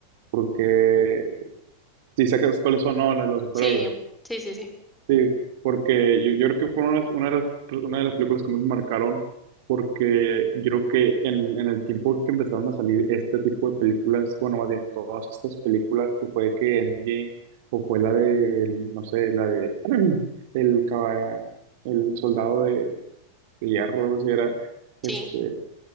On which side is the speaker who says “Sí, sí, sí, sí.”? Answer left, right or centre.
Centre